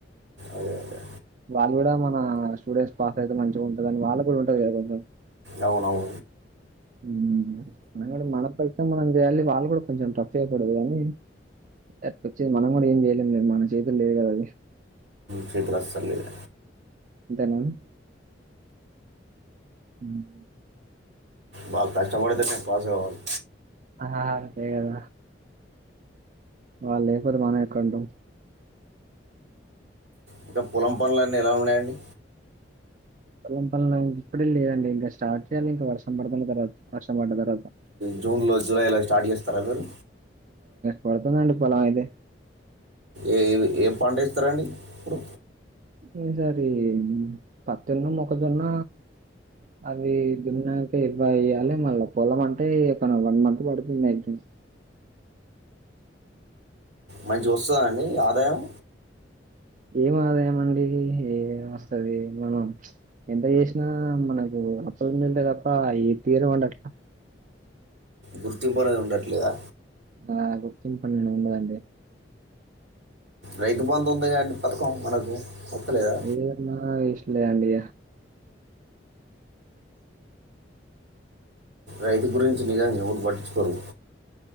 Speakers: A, on the right; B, on the right.
A: అదే అదే
B: వాళ్ళు కూడా మన స్టూడెంట్స్ పాస్ అయితే మంచిగా ఉంటదని వాళ్ళ కూడా ఉంటది కొం
A: అవునవును
B: హ్మ్ మనం కూడ మన ప్రయత్నం చేయాలి వాళ్ళు కూడా కొంచెం టఫ్ ఇయకూడదు కానీ య్ చి మనం కూడా ఏం చేయలే ని మన చేదులేదు కదా అది
A: స్లిప్పులు అస్సలేవు
B: <unintelligible> హ్మ్
A: బాగ కష్ట పతేనే పాస్ కావాలి
B: ఆహా ప్రేరణ వాళ్లు లేకపోతే మనమేక్కడ ఉంటాం
A: ఇంకా పొలం పనులు అన్నీ ఎలా ఉన్నాయండి
B: పొలం పనులు ఇప్పుడే లేదండి ఇంకా స్టార్ట్ చేయాలి ఇంకా వర్షం పడుతతుంది కదా వర్షం పడ్డ తర్వాత
A: జూన్లో జులైలో స్టార్ట్ చేస్తారా మీరు
B: పడుతుంది అండి పొలం అయితే
A: ఏ ఏవీ ఏ పంటస్తారు అండి ఇప్పుడు
B: ఈ సరి పత్తి ను మొక్కజొన్న అవి దున్నాక ఇవ్వ అ్యాలి మళ్ళా పొల అంటే ఒక వన్ మంత్ పడుతుంది అక్చుఅల్లీ
A: మంచిగా వస్తుందండి ఆదాయం
B: ఏం ఆదాయంమండి ఏ వస్తుది మనం ఎంత చేసినా మనకు అప్పల పెంట తప్ప ఏ తీరమండి అట్లా
A: గుర్తింపు అనేది ఉండట్లేదా
B: ఆ గుర్తింపు అనేది ఉండదండి
A: రైతు బంధు ఉందిగా కాండి పథకం మనకు వస్తలేదా
B: ఏదైనా ఇష్ట లేయఅండీ
A: రైతు గురించి నిజాంగా ఎవరు పట్టించుకోరు